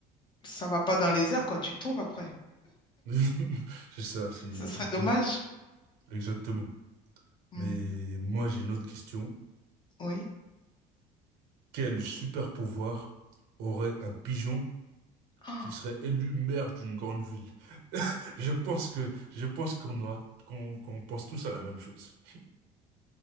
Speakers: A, on the left (about 25°); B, on the right (about 80°).
A: ça va pas dans les airs, quoi. Tu tombes après.
B: <laughs> c'est ça, c'est
A: Ce serait
B: tu
A: dommage.
B: tombes exactement. Mais
A: Mm,
B: moi, j'ai une autre question.
A: oui.
B: Quel super pouvoir aurait un pigeon
A: Ah,
B: qui serait élu maire d'une grande ville? <laughs> Je pense que je pense qu'on aura qu'on qu'on pense tous à la même chose.